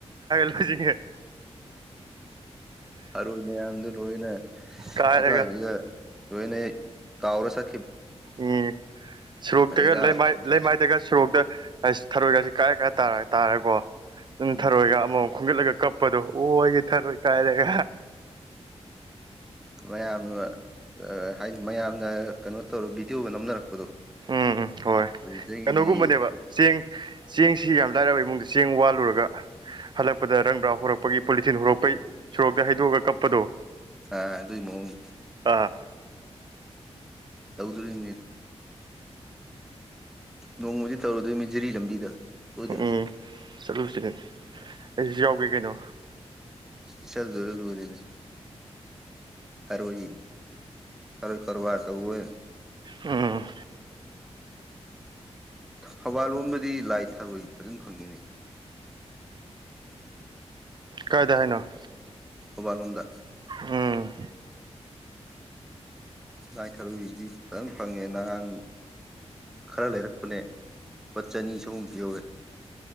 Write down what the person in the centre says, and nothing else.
ꯑꯔꯣꯏ ꯃꯌꯥꯝꯗꯨ ꯂꯣꯏꯅ
ꯑꯗꯨꯋꯥꯏꯗꯨꯗ ꯂꯅꯦ ꯇꯥꯥꯎꯔꯁ
ꯐꯔꯦꯗ
ꯐꯔꯦꯗ
ꯎꯝ
ꯃꯌꯥꯝꯅ ꯑ ꯍꯥꯏꯗꯤ ꯃꯌꯥꯝꯅ ꯀꯩꯅꯣ ꯇꯧꯔ ꯕꯤꯗꯤꯑꯣꯒ ꯅꯝꯅꯔꯛꯄꯗꯣ
ꯑꯗꯨꯗꯒꯤꯗꯤ
ꯑ ꯑꯗꯨꯏ ꯃꯑꯣꯡꯗ
ꯇꯧꯗꯨꯔ ꯅꯤꯔ ꯅꯣꯡꯃꯗꯤ ꯇꯧꯔꯨꯗꯣꯏꯃꯤ ꯖꯤꯔꯤ ꯂꯝꯕꯤꯗ ꯁꯣꯏꯗ꯭ꯔꯕ
ꯏꯁꯁꯜ ꯔꯦꯜ ꯎꯔꯤꯗ ꯍꯔꯣꯏ ꯇꯔꯣꯏ ꯀꯣꯕꯥꯔ ꯇꯧꯧꯕ
ꯊꯕꯥ ꯂ ꯗꯤ ꯂꯥꯏ ꯊꯔꯣꯏ ꯐꯖꯅ ꯐꯪꯉꯤꯅꯦ
ꯊꯧꯕꯜ ꯂꯣꯝꯗ
ꯂꯥꯏ ꯊꯔꯨꯁꯤ ꯐꯖꯅ ꯐꯪꯉꯦ ꯅꯍꯥꯟ ꯈꯔ ꯂꯩꯔꯛꯄꯅꯦ ꯂꯨꯄꯥ ꯆꯅꯤ ꯁꯍꯨꯝ ꯄꯤ ꯌꯧꯋꯦ